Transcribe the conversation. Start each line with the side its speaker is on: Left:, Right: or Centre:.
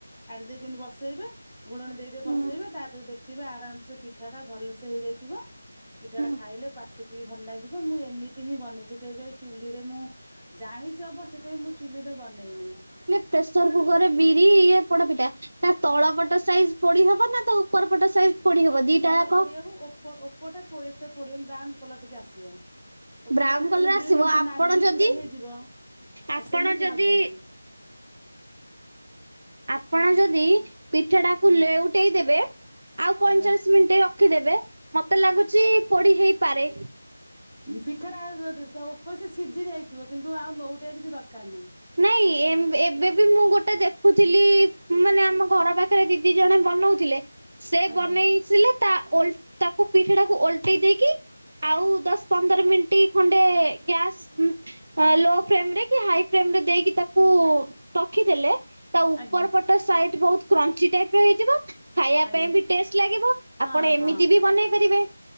Centre: କାଢିଦେଇ କିନ୍ତୁ ବସେଇବେ। ଘୋଡ଼ଣୀ ଦେଇଦେଇ
Right: ହୁଁ
Centre: ବସେଇବେ ତାପରେ ଦେଖିବେ ଆରାମସେ ପିଠାଟା ଭଲସେ ହେଇଯାଇଥିବ। ପିଠାଟା
Right: ହୁଁ।
Centre: ଖାଇଲେ ପାଟକୁ ବି ଭଲ ଲାଗିବ, ମୁଁ ଏମିତି ହିଁ ବନେଇଛି କେବେ ଚୁଲିରେ ମୁଁ ଜାଣିଚି ଅବଶ୍ୟ କାଇଁ ମୁଁ ଚୁଲିରେ ବନେଇନେଇ।
Right: ପ୍ରେସର୍ କୁକରରେ ବିରି ଇଏ ପୋଡପିଠା। ତା ତଳ ପଟ ସାଇଜ ପୋଡି ହବ ନା ତା ଉପର ପଟ ସାଇଜ ପୋଡି ହବ
Centre: ତ
Right: ଦିଟାଯାକ
Centre: ତଳ ପୋଡିହବ ଓପ ଓପର ଟା ପୋଡି ଏତେ ପୋଡିବନି ବ୍ରାଉନ୍ କଲର ଟିକେ ଆସିବ। ଉପରେ
Right: ବ୍ରାଉନ
Centre: ଯେମତି
Right: କଲର
Centre: ଚୁଲିରେ
Right: ଆସିବ
Centre: ଯେମିତି
Right: ଆପଣ
Centre: ନାଲି
Right: ଯଦି
Centre: ପୁରା ହେଇଯିବ,
Right: ଆପଣ
Centre: ସେମିତି
Right: ଯଦି
Centre: ହବନି।
Right: ଆପଣ ଯଦି ପିଠାଟାକୁ
Centre: ଆଜ୍ଞା
Right: ଲେଉଟେଇ ଦେବେ ଆଉ ପଇଁଚାଳିଶ
Centre: ଆଜ୍ଞା
Right: ମିନିଟ ରଖିଦେବେ, ମତେ ଲାଗୁଚି ପୋଡି ହେଇପାରେ।
Centre: ପିଠାଟା ଉପରେ ସେ ସିଝି ଯାଇଥିବ କିନ୍ତୁ ଆଉ ନୋଉଟେଇଆ କିଛି ଦରକାର ନାହିଁ।
Right: ନାଇଁ ଏମ୍ ଏବେ ବି ମୁଁ ଗୋଟେ ଦେଖୁଥିଲି ମାନେ ଆମ ଘର ପା ଖରେ ଦିଦି ଜଣେ ବନଉଥିଲେ, ସେ
Centre: ଆଜ୍ଞା
Right: ବନେଇ ସିଲେ ତା ଓଲ ତାକୁ ପିଠାଟାକୁ ଓଲଟେଇ ଦେଇକି ଆଉ ଦଶ ପନ୍ଦର ମିନିଟ୍ ଖଣ୍ଡେ ଗ୍ୟାସ୍ ଅ ଲୋ ଫ୍ଲେମ ରେ କି ହାଇ ଫ୍ଲେମରେ ଦେଇକି ତାକୁ ରଖିଦେଲେ ତା ଉପର
Centre: ଆଜ୍ଞା
Right: ପଟ ତା ସାଇଟ ବହୁତ କ୍ରଞ୍ଚି ଟାଇପର ହେଇଯିବ। ଖାଇଆ
Centre: ଆଜ୍ଞା
Right: ପାଇଁ ବି ଟେଷ୍ଟ ଲାଗିବ,
Centre: ହଁ
Right: ଆପଣ
Centre: ହଁ।
Right: ଏମିତି ବି ବନେଇ ପାରିବେ।